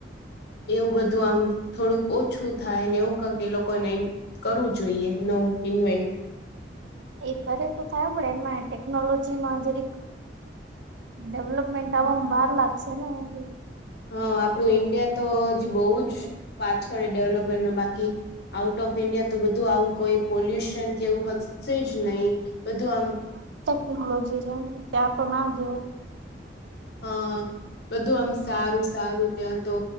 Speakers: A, on the left (about 65°); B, on the right (about 75°).
A: એવું બધું આમ થોડુંક ઓછું થાય ને એવું કાંક લોકોને કરવું જોઈએ નવું ઇન્વેન્ટ.
B: એ કરે તો થાય પણ એમાં ટેકનોલોજીમાં જરીક ડેવલપમેન્ટ તવમ વાર લાગશે ને હજી
A: હા આપડુ ન્ડિયા તો હજી બઉ જ પાછળ ડેવલપમેન્ટ મા બાકી આઉટ ઓફ ઈન્ડિયા તો બધું આવું કોઈ પોલ્યુશન કેવું હ શે જ જ નહી બધું આમ
B: <unintelligible> ત્યા તો ના જો
A: હ બધું આમ સારું સારું ત્યાં તો.